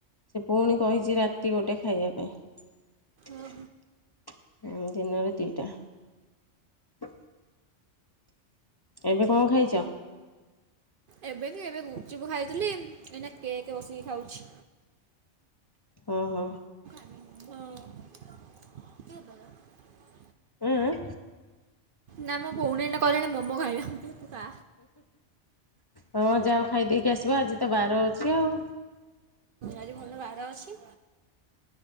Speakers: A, on the left; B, on the right.
A: ସେ ପୁଣି କହିଛି ରାତି ଗୋଟେ ଖାଇବା ପାଇଁ।
B: ଓହୋ
A: ଦିନରେ ଦିଟା। ହ ଏବେ କଣ ଖାଇଛ?
B: ଏବେ କି ଏବେ ଗୁପ୍ ଚୁପ୍ ଖାଇଥିଲି। ଏଇନା କେକ୍ ବସିକି ଖାଉଛି।
A: ଓହୋ।
B: ହଁ।
A: ଉଁ ଉଁ।
B: ନା ମୋ ଭଉଣୀ ଏଇନେ କହିଲାଣି ମୋମୋ ଖାଇବା।
A: ହଁ ଯାଅ ଖାଇଦେଇକି ଆସିବା। ଆଜି ତ ବାର ଅଛି ଆଉ।
B: ଆଜି ଭଲ ବାର ଅଛି।